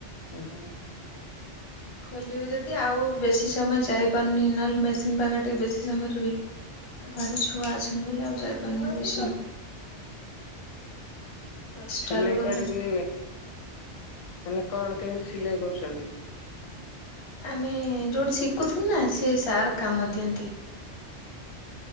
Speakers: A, on the left (about 85°); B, on the left (about 35°).
A: ହୁଁ
B: ଖୋଲିବେ ଯଦି ଆଉ ବେଶୀ ସମୟ ଯାଇପାରୁନି। ନହେଲେ ମେସିନ ପାଖ ଟିକେ ବେଶୀ ସମୟ ରୁହେ। ଆଉ ଘରେ ଛୁଆ ଅଛନ୍ତି ବୋଲି ଆଉ ଯାଇପାରୁନି। ଦଶଟାରୁ
A: ସିଲେଇ
B: ଗଲେ
A: କରିକି? ମାନେ କଣ କେମିତି ସିଲେଇ କରୁଛନ୍ତି?
B: ଆମେ ଯୋଉଠି ଶିଖୁଥିଲୁ ନା ସେ ସାର୍ କାମ ଦିଅନ୍ତି।